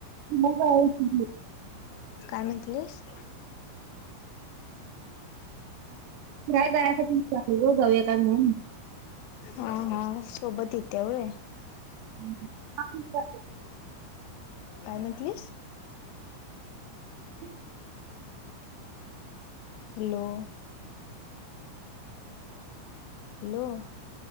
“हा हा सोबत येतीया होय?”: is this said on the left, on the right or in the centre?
Left